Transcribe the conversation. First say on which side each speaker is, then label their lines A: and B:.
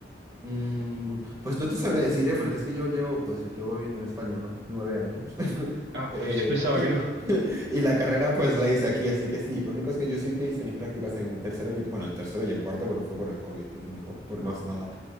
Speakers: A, on the right; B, on the right.
A: Mm, pues no te sabré decir, ¿eh? Porque es que yo llevo, pues llevo viviendo en España unos nueve años. <laughs>
B: Ah,
A: Eh,
B: <laughs> sí pensaba que no.
A: <laughs> y, la carrera pues la hice aquí, así que sí. Lo único es que yo sí que hice mis prácticas en tercero y, en- bueno, en tercero y en cuarto, pero fue por el COVID, no por, por más nada.